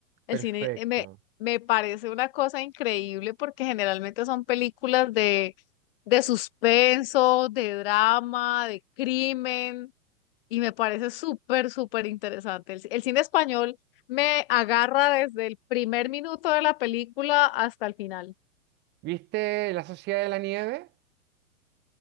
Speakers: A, on the left; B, on the right.
A: El
B: Perfecto.
A: cine eh, me, me parece una cosa increíble porque generalmente son películas de, de suspenso, de drama, de crimen y me parece súper, súper interesante. El, el cine español me agarra desde el primer minuto de la película hasta el final.
B: ¿Viste La Sociedad de la Nieve?